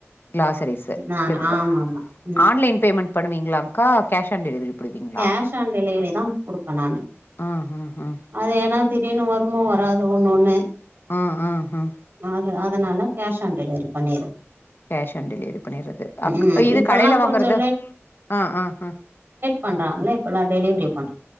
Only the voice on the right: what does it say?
நானு
ஆமா ஆமா ம்
கேஷ் ஆன் டெலிவரி தா குடுப்ப நானு
அது ஏனா திடீர்னு வருமோ வராதோ ஒன்னு ஒன்னு
அது அதனால கேஷ் ஆன் டெலிவரி பண்ணிறு
ம்
இப்பல்லா
கொஞ்சோ
பண்றாங்ள இப்ப எல்லா டெலிவரி பன்